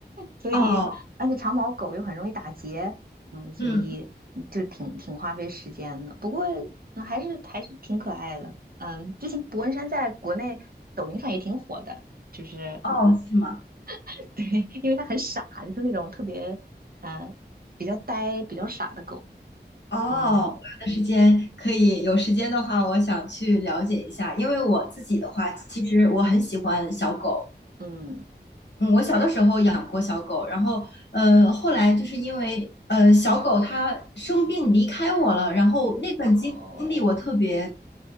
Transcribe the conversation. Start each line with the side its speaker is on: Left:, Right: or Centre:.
Right: 所以而且长毛狗又很容易打结，
Left: 哦，
Right: 嗯，所以嗯就挺挺花费时间的。
Left: 嗯，
Right: 不过嗯还是还是挺可爱的，嗯，之前博恩山在国内抖音上也挺火的，就是
Left: 哦，是吗？
Right: <laughs> 对，因为它很傻，就是那种特别嗯比较呆、比较傻的狗，
Left: 哦，
Right: 嗯
Left: 我有的时间可以，有时间的话，我想去了解一下，因为我自己的话，其实我很喜欢小狗，
Right: 嗯
Left: 嗯，我小的时候养过小狗，然后，呃，后来就是因为，呃，小狗它生病离开我了，然后那段经历我特别
Right: 哦，